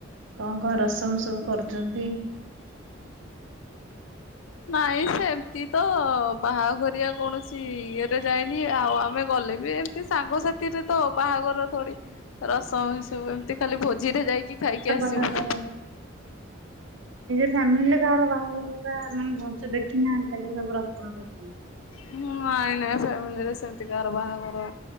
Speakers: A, on the right; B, on the left.
A: କଣ କଣ ରସମ ସବୁ କରୁଛନ୍ତି।
B: ନାଇଁ ସେମିତି ତ ବାହାଘରଆ କୌଣସି ଇଏରେ ଯାଇନି ଆଉ ଆମେ ଗଲେ ବି ଏମତି ସାଙ୍ଗସାଥିରେ ତ ବାହାଘର ଥୋଡି ରସମ ସବୁ ଏମିତି ଖାଲି ଭୋଜିରେ ଯାଇକି ଖାଇକି
A: କାହାର
B: ଆସିବ।
A: ବାହାଘର ଫ୍ୟାମିଲି କାହାର ବାହାଘର ବା ମେ ଭଲସେ ଦେଖିନାହାନ୍ତି ତାଲେ ସବୁ ରସମ ହେଇ
B: ହୁଁ ନାଇ ନାଇ ଫ୍ୟାମିଲିରେ ସେମିତି କାର ବାହାଘର